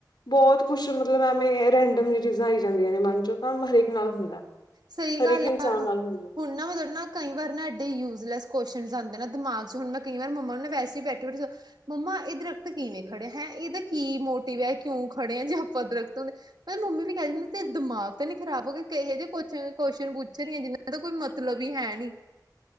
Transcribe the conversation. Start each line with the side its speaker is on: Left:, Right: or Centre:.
Left: ਬੋਤ ਕੁਛ ਮਤਲਬ ਐਵੇਂ ਰੈਂਡਮ ਜੀ ਚੀਜ਼ਾਂ ਆਈ ਜਾਂਦੀਆਂ ਨੇ ਮਨ 'ਚ, ਤਾਂ ਹਰੇਕ ਨਾਲ ਹੁੰਦਾ।
Right: ਸਈ
Left: ਹਰੇਕ
Right: ਗੱਲ
Left: ਇਨਸਾਨ
Right: ਐ,
Left: ਨਾਲ ਹੁੰਦਾ
Right: ਹੁਣ ਨਾ ਮਤਲਬ ਨਾ ਕਈ ਵਾਰ ਨਾ ਐਡੇ ਯੂਜ਼ਲੈਸ ਕੋਸ਼ਨਸ ਆਂਦੇ ਨਾ ਦਿਮਾਗ 'ਚ। ਹੁਣ ਮੈਂ ਕਈ ਵਾਰ ਮੰਮਾ ਨੂੰ ਨਾ ਵੈਸੇ ਬੈਠੇ-ਬੈਠੇ ਮੰਮਾ, ਏਹ ਦਰਖਤ ਕਿਵੇਂ ਖੜਿਆ ਹੈ? ਇਹਦਾ ਕੀ ਮੋਟਿਵ ਹੈ? ਕਿਉਂ ਖੜੇ ਆ? ਜੇ ਆਪਾਂ ਦਰਖਤ ਮੈਨ ਮੰਮੀ ਵੀ ਕਹੈ ਦਿੰਦੀ ਤੇਰੇ ਦਿਮਾਗ ਤੇ ਨੀ ਖਰਾਬ ਹੋ ਗੱਯਾ <unintelligible> ਕੁਛ ਵੀ ਕੋਸ਼ਨ ਪੁੱਛ ਰਹੀ ਜਿਹਨਾਂ ਦਾ ਕੋਈ ਮਤਲਬ ਹੀ ਹੈ ਨਹੀ।